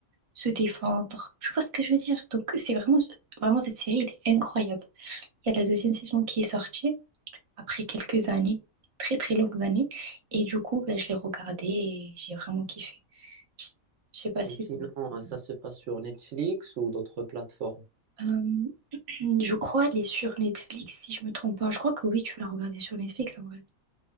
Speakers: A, on the right; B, on the right.
A: se défendre. Tu vois ce que je veux dire? Donc, c'est vraiment, vraiment cette série, elle est incroyable. Il y a la deuxième saison qui est sortie après quelques années, très très longues années. Et du coup, ben, je l'ai regardée et j'ai vraiment kiffé. Je sais pas
B: Et
A: si.
B: sinon, euh, ça se passe sur Netflix ou d'autres plateformes?
A: Euh, je crois elle est sur Netflix, si je me trompe pas. Je crois que oui, tu l'as regardée sur Netflix en vrai.